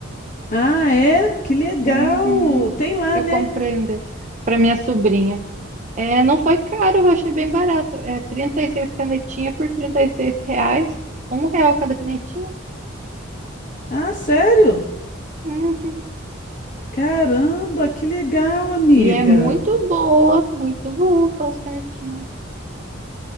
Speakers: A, on the left (about 40°); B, on the right (about 40°).
A: Ah, é? Que legal!
B: Uhum.
A: Tem lá,
B: Eu
A: né?
B: comprei um desse para minha sobrinha. É, não foi caro, eu achei bem barato. É 36 canetinhas por 36 reais. Um real cada canetinha.
A: Ah, sério?
B: Uhum.
A: Caramba, que legal, amiga.
B: E é muito boa, muito boa para os canetinhos.